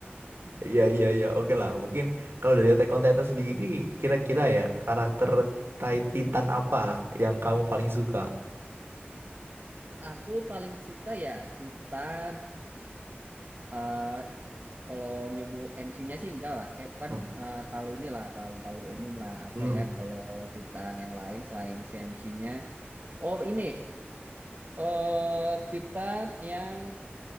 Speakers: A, on the right (about 65°); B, on the right (about 45°).
A: Iya, iya, iya. Oke lah. Mungkin kalau dari Attack on Titan sendiri, kira-kira ya karakter Ti- Titan apa yang kamu paling suka?
B: <laughs> Aku paling suka ya Titan eh kalau nyebut MC-nya sih enggak lah. Eh kan
A: Hmm.
B: eh, talu inilah, talu talu umum lah apa
A: Hmm.
B: ya kalau Titan yang lain selain si MC-nya. Oh ini eh Titan yang